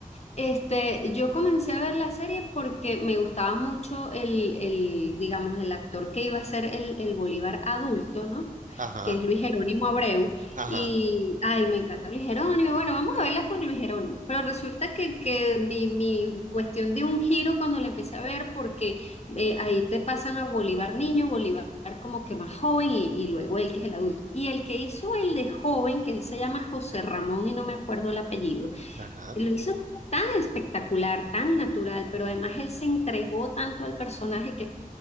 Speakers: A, on the left; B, on the right.
A: este, yo comencé a ver la serie porque me gustaba mucho el, el, digamos, el actor que iba a ser el, el Bolívar adulto, ¿no?
B: Ajá,
A: Que es Luis Jerónimo Abreu.
B: ajá,
A: Y, ay, me encanta Luis Jerónimo. Bueno, vamos a verla por Luis Jerónimo. Pero resulta que, que mi, mi cuestión dio un giro cuando la empecé a ver porque eh, ahí te pasan a Bolívar niño, Bolívar como que más joven y, y luego él que es el adulto. Y el que hizo el de joven, que él se llama José Ramón y no me acuerdo el apellido,
B: ajá.
A: lo hizo tan espectacular, tan natural, pero además él se entregó tanto al personaje que